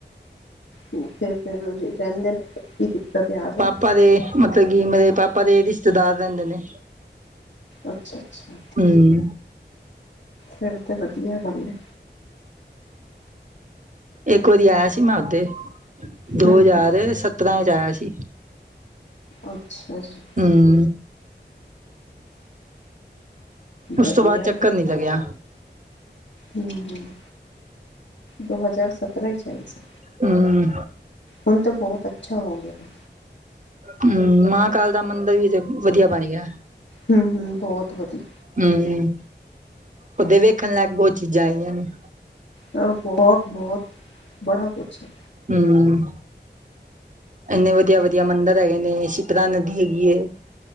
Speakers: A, on the left (about 85°); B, on the right (about 45°).
A: ਠੀਕ ਐ ਫੇਰ, ਜੇ ਕੈਂਦੇ ਨੇ ਤੇ ਕੀ ਦਿੱਕਤ ਐ, ਆ ਜਾਓ।
B: ਪਾ ਦੇ ਮਤਲਬ ਕਿ ਮੇਰੇ ਪਾਪਾ ਦੇ ਰਿਸ਼ਤੇਦਾਰ ਰੈਂਦੇ ਨੇ।
A: ਅੱਛਾ ਅੱਛਾ।
B: ਹਮ।
A: ਫਿਰ ਤੇ ਵਧੀਆ ਗੱਲ ਐ।
B: ਇੱਕ ਵਾਰੀ ਆਇਆ ਸੀ ਮੈਂ ਓਦੇ, ਦੋ
A: ਹੂੰ
B: ਹਜਾ਼ਰ
A: ਹੂੰ
B: ਸਤਰਾਂ ਚ ਆਇਆ ਸੀ।
A: ਅੱਛਾ ਜੀ।
B: ਹਮ। ਉਸ
A: ਵਧੀਆ
B: ਤੋਂ ਬਾਦ ਚੱਕਰ ਨੀ ਲੱਗਿਆ।
A: ਹਮ ਹਮ, ਦੋ ਹਜ਼ਾਰ ਸਤਰਾਂ ਇਚ ਆਏ ਸੀ।
B: ਹਮ
A: ਹੁਣ ਤਾ ਬਹੁਤ ਅੱਛਾ ਹੋ ਗਿਆ।
B: ਹਮ, ਮਹਾਂ ਕਾਲ ਦਾ ਮੰਦਰ ਵੀ ਤੇ ਵਧੀਆ ਬਣ ਗਿਆ।
A: ਹਮ ਹਮ, ਬਹੁਤ ਵਧੀਆ।
B: ਹਮ ਓਦੇ ਵੇਖਣ ਲੈਕ ਬਹੁਤ ਚੀਜ਼ਾਂ ਆਈਆਂ ਨੇ।
A: ਹਾ ਬਹੁਤ ਬਹੁਤ ਬੜਾ ਕੁਛ ਐ।
B: ਹਮ। ਇੰਨੇ ਵਧੀਆ ਵਧੀਆ ਮੰਦਿਰ ਹੈਗੇ ਨੇ, ਸ਼ੀਤਲਾ ਨਦੀ ਹੈਗੀ ਐ।